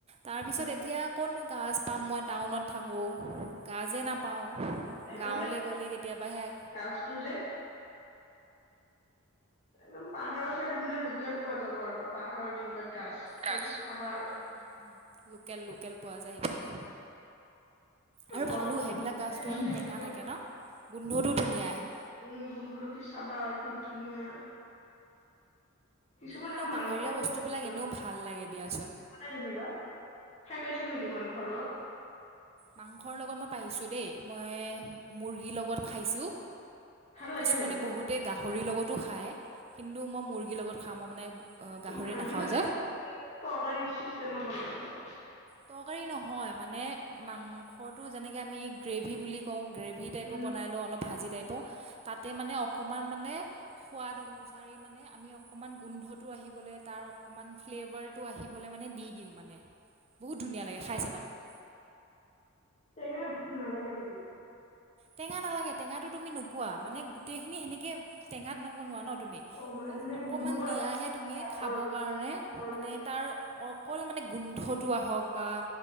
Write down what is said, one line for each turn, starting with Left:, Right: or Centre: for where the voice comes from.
Right: তাৰ পিছত
Left: উম,
Right: এতিয়া কতনো গছ পাম মই টাউনত থাকোঁ গাজে নাপাওঁ
Left: এ
Right: গাঁৱলৈ
Left: আজিকালি
Right: গ'লে কেতিয়াবা সেয়া
Left: ক্লা তো যে একদম পাহাৰৰ চাইডে দিলে লোকেল পোৱা যাব আৰু, পাহাৰৰ যিবিলাক গাছ সেইব
Right: গাছ
Left: আমাৰ
Right: উম, উম, উম, উম, লোকেল লোকেল পোৱা যায় সেইফালে
Left: এ,
Right: আৰু
Left: বজাৰত
Right: ভালো সেইবিলাক গাছটো
Left: কেনেকৈ
Right: অলপ টেঙা থাকে ন গোন্ধটোও পুনীয়া আহে-
Left: উম গোন্ধৰো কি চাবা কি ধুনীয়া, কিছুমানে
Right: এনেও
Left: আকৌ মাংস
Right: পাহাৰীয়া বস্তুবিলাক
Left: লগ
Right: এনেও ভাল লাগে দিয়াচোন
Left: নাই যেনিবা খাই পাইছা নেকি মাংসৰ লগত
Right: মাংসৰ লগত মই পাইছোঁ দেই মই মুৰ্গীৰ লগত খাইছোঁ।
Left: ভাল লাগে
Right: কিছুমানে
Left: জানো
Right: বহুতে গাহৰি লগতো খায় কিন্তু মই মুৰ্গীৰ লগত খাওঁ মই মানে
Left: কি
Right: গাহৰি
Left: ভাজি
Right: নাখাওঁ
Left: পেলাই
Right: যে
Left: তৰকাৰী চিষ্টেমত বনাই আহিছা
Right: তৰকাৰি নহয় মানে মাংসটো যেনেকে আমি গ্ৰেভি বুলি কওঁ গ্ৰেভি টাইপো
Left: উম
Right: বনাই লওঁ অলপ ভাজি টাইক তাত তাতে মানে অকণমান মানে সোৱাদ অনুযায়ী মানে আমি অকণমান গোন্ধটো আহিবলৈ তাৰ অকমান ফ্লেভাৰটো আহিবলৈ মানে দি দিওঁ মানে। বহুত ধুনীয়া লাগে খাই চাবা তুমি।
Left: টেঙা নালাগে নেকি?
Right: টেঙা নালাগে টেঙাটো তুমি নোপোৱা মানে গোটেইখিনি সেনেকে টেঙাত নবনোৱা ন। তুমি,
Left: অ', মানে
Right: জাস্ট
Left: ধুনীয়া
Right: অকমান
Left: গোন্ধটো
Right: দিয়া
Left: আহে
Right: হে তুমি
Left: কাঠৰ
Right: খাব কাৰণে
Left: কাঠৰ
Right: মানে
Left: যে।
Right: তাৰ অ অকল মানে গোন্ধটো আহক বা